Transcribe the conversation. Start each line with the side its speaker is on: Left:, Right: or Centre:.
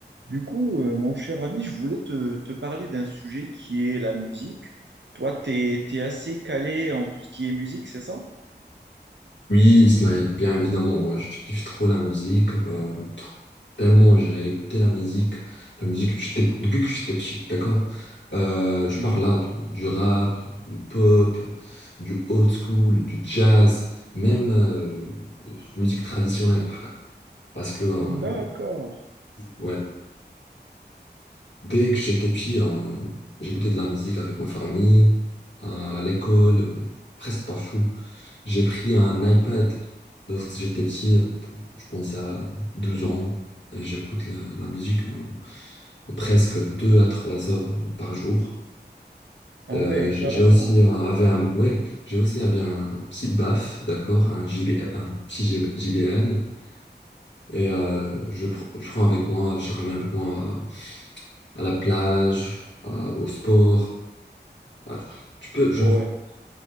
Right: Du coup, euh, mon cher ami, je voulais te, te parler d'un sujet qui est la musique. Toi, t'es, t'es assez calé en tout ce qui est musique, c'est ça?
Left: Oui, Ismaël, bien évidemment, moi je kiffe trop la musique, euh, tr- tellement j'ai écouté la musique, la musique que j'étais- depuis que j'étais petit, d'accord? Euh, je
Right: Mhm.
Left: parle là du du rap, du pop, du old school, du jazz, même euh, musique traditionnelle, frère. Parce que, euh,
Right: D'accord.
Left: ouais, Dès que j'étais petit, on- j'écoutais de la musique avec ma famille, à l'école, euh, presque partout. J'ai pris un iPad lorsque j'étais petit, euh, je pense à 12 ans, et j'écoute la, la musique en, en presque 2 à 3 heures par jour.
Right: Ah
Left: Euh,
Right: ouais,
Left: j-
Right: carrément.
Left: j'ai aussi euh, avait un, ouais, j'ai aussi avait un petit BAF, d'accord, un JB, un petit JB JBL, et euh, je, pr- je prends avec moi, je ramène avec moi à, à la plage, à- au sport. Ah, tu peux, genre,
Right: Ouais.
Left: tu